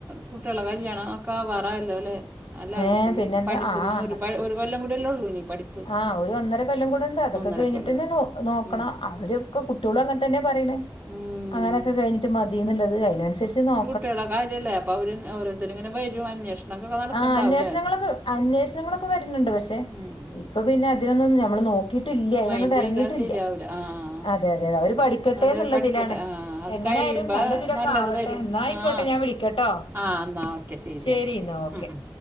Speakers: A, on the right; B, on the left.
A: കുട്ടികളെ കല്യാണം ഒക്ക ആവാറയല്ലോ അല്ലെ അല്ലാവർക്കും
B: ഏഹ് പിന്നെന്താ
A: പഠിപ്പും
B: ആഹ്
A: ഒരു ഒരു കൊല്ലം കൂടില്ലേ ഉള്ളൂ ഇനി പഠിപ്പ്
B: ആഹ് ഒരു ഒന്നര കൊല്ലം കൂടെ ഉണ്ട് അതൊക്കെ
A: ഒന്നര
B: കഴിഞ്ഞിട്ട്ന്നെ
A: കൊല്ലമാണ്
B: നോ നോക്കണം
A: ഉം.
B: അവരൊക്കെ കുട്ടി കുട്ട്യാളും അങ്ങനെ തന്നെ പറയണ്
A: ഉം.
B: അങ്ങനെയൊക്കെ കഴിഞ്ഞിട്ട് മതിന്നുള്ളത് അതിനനുസരിച്ച് നോ
A: കുട്ട്യാളെ കാര്യമല്ലേ അപ്പൊ അവര് ഓരോരുത്തും ഇങ്ങനെ വരും അന്വേഷണം ഒക്കെ നടക്ക്‌ണ്ടാവും
B: ആഹ് അന്വേഷണങ്ങളൊക്കെ
A: ല്ലേ
B: അന്വേഷണങ്ങളൊക്കെ വരുന്നുണ്ട് പക്ഷെ
A: ഉം.
B: ഇപ്പൊ പിന്നെ അതിനൊന്നും നമ്മൾ നോക്കിട്ട് ട്ടില്ല അതിനങ്ങോട്ട്
A: മൈൻഡ്
B: ഇറങ്ങിയിട്ടില്ല
A: ചെയ്താൽ ശരിയാവില്ല ആ ആ
B: അതെ അതെ അതെ അവര് പഠിക്കട്ടെ
A: അത്
B: എന്നുള്ളതിലാണ്
A: പഠിക്കട്ടെ ആ അത്
B: എങ്ങനൊയാലും
A: കഴിയുമ്പോൾ
B: നല്ലതിലൊക്കെ
A: നല്ലത്
B: ആവട്ടെ
A: വരും
B: ന്നായി ക്കോട്ടെ
A: ആ
B: ഞാൻ വിളിക്കട്ടോ
A: ആ എന്നാൽ ഓക്കെ
B: ശരി
A: എന്നാൽ
B: എന്നാ ഓക്കെ